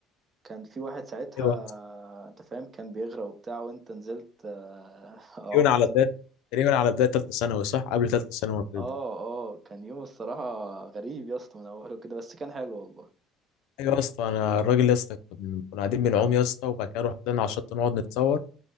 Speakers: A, on the right; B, on the left.
A: كان في واحد ساعتها
B: أيوة.
A: انت فاهم كان بيغرق وبتاع وانت نزلت آه، <laughs>
B: تقريبا
A: عمت
B: على بدايه تقريبا على بدايه ثالثه ثانوي صح قبل ثالثه ثانوي ما بتبدا
A: اه اه كان يوم الصراحة غريب يا اسطى من اوله كده بس كان حلو والله
B: ايوه يا اسطى انا الراجل يا اسطى كنا قاعدين بنعوم يا اسطى وبعد كده رحنا لنا على الشط نقعد نتصور